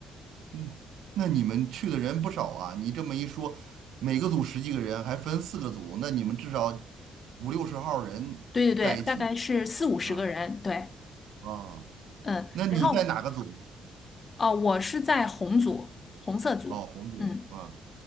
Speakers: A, on the right (about 80°); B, on the left (about 35°).
A: 嗯，那你们去的人不少啊。你这么一说，每个组十几个人，还分四个组，那你们至少五六十号人在一起
B: 对对对，大概是四五十个人，
A: 啊
B: 对，
A: 啊。
B: 嗯，
A: 那你在哪个组？
B: 然后哦，我是在红组，红色组，
A: 哦，红组啊
B: 嗯。